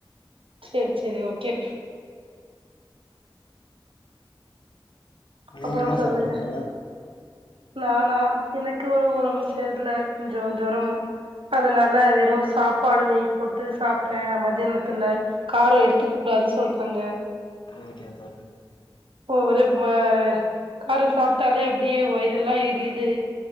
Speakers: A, on the right; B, on the left.
A: சேரி சேரி ஓகே
B: நீங்க
A: அப்புறம்
B: என்ன
A: சொல்லுங்க
B: சாப்டிங்க தோழர்
A: நானா எனக்கு வே ஒடம்பு சேரல கொஞ்சோ ஜொரம் அதுனாலா வெறு சாப்பாடு நெய் போட்டு சாப்ட்டே அ மதியானத்துல காரொ எடுத்துக்க கூடாது சொல்ட்டாங்க
B: ஓகே தோழர்
A: ஒ ஒரே வா கார சாப்ட்டாலே அப்டியே வயி எரியிது